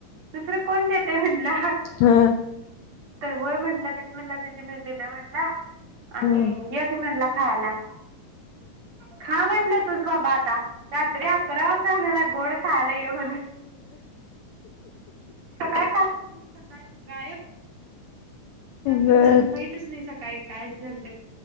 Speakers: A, on the right (about 45°); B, on the left (about 80°).
A: दुसर कोण देतय म्हंटल,
B: ह ह
A: तर होय म्हंटलं बिस्मिला दिदीनीच दिलाय म्हटला. आणि
B: ह
A: ये की म्हटला खायला खा म्हंटल तुच बाबा आ ता रात्री अकरा वाजण्याला गोड खायला ये म्हणून सकाळ का सकाळ गायब त्यातलं
B: बर
A: मला माहितच नाही सकाळ काय काय झालते